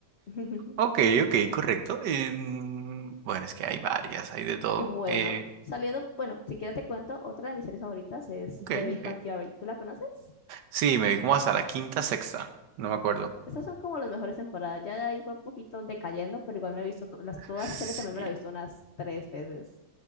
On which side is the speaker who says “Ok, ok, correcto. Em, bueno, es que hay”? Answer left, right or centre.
Right